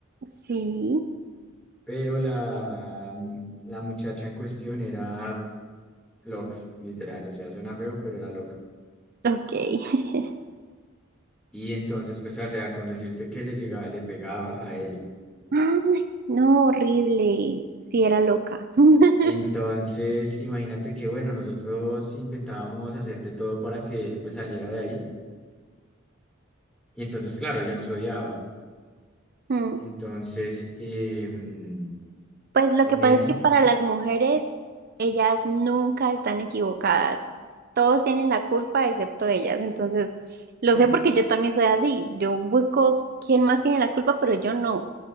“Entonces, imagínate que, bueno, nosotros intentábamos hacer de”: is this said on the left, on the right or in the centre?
Centre